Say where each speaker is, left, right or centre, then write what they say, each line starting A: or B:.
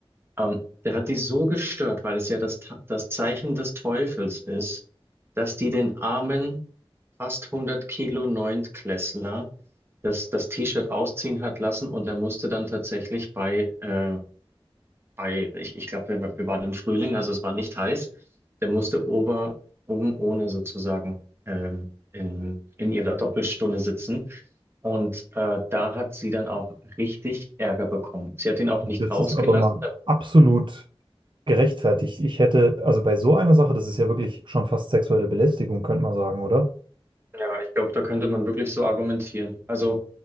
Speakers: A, on the right (about 25°); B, on the right (about 55°).
A: ähm, der hat die so gestört, weil es ja das, Ta- das Zeichen des Teufels ist, dass die den armen, fast 100 Kilo Neuntklässler das, das T-Shirt ausziehen hat lassen und er musste dann tatsächlich bei äh, bei, ich, ich glaube, wir, wir waren im Frühling, also es war nicht heiß. Der musste ober, oben ohne sozusagen ähm, in, in ihrer Doppelstunde sitzen. Und äh, da hat sie dann auch richtig Ärger bekommen. Sie hat ihn auch nicht
B: das
A: rausgelassen.
B: ist aber mal
A: Da,
B: absolut gerechtfertigt. Ich hätte, also bei so einer Sache, das ist ja wirklich schon fast sexuelle Belästigung, könnte man sagen, oder?
A: ja, ich glaube, da könnte man wirklich so argumentieren. Also,